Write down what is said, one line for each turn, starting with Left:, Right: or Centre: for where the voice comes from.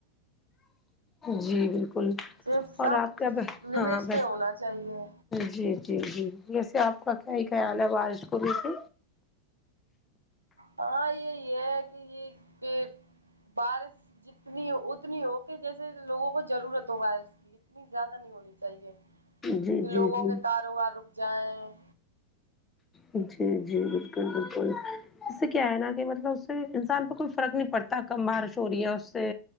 Left: جی بالکل
Right: تو سب
Left: اور آپ کیا
Right: لمٹ
Left: ہاں بس
Right: سے ہونا چاہیے
Left: جی جی جی ویسے آپ کا کیا ہی خیال ہے بارش کو لیکے
Right: ہاں یہ یہ ہے کہ یہ کہ بارش جتنی اتنی ہو کہ جیسے لوگوں کو ضرورت ہو بارش کی اتنی زیادہ نہیں ہونی چاہیے
Left: جی
Right: کہ لوگوں
Left: جی جی
Right: کے کاروبار رک جائیں
Left: جی جی بالکل بالکل اس سے کیا ہے نا کہ مطلب اس سے انسان پر کوئی فرق نہیں پڑتا کم بارش ہو رہی ہے اس سے